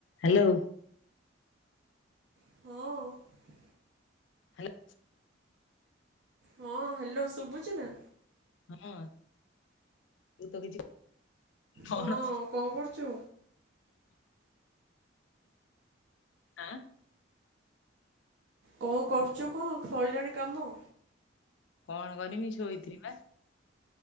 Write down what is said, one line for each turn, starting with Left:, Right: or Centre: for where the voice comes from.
Left: ହାଲୋ।
Right: ହୋ।
Left: ହ୍ୟାଲୋ।
Right: ହଁ ହ୍ୟାଲୋ ଶୁଭୁଛି ନା?
Left: ହଁ ତୁ ତ କିଛି କଣ?
Right: ହଁ କଣ କରୁଛୁ?
Left: ଆଁ,
Right: କଣ କରୁଚ କଣ ସଇଲାଣି କାମ?
Left: କଣ କରମି ଶୋଇଥିଲି ପା।